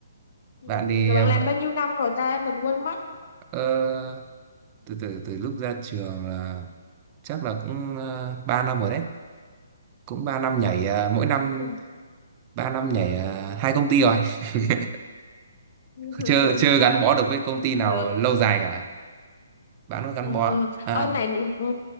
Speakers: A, on the left; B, on the right.
A: ừ.
B: Bạn thì,
A: Rồi
B: ờ,
A: bạn làm
B: vợ-
A: bao nhiêu năm rồi ta? Mình quên mất.
B: ờ, từ từ từ lúc ra trường là chắc là cũng uh, 3 năm rồi đấy cũng 3 năm nhảy à, mỗi
A: Ừ.
B: năm 3 năm nhảy à, hai công ty rồi <laughs>
A: <laughs>
B: chưa chưa gắn bó được với công
A: Cũng
B: ty nào
A: Được.
B: lâu dài cả bạn có gắn
A: Ờ,
B: bó à
A: ơi mà ừ,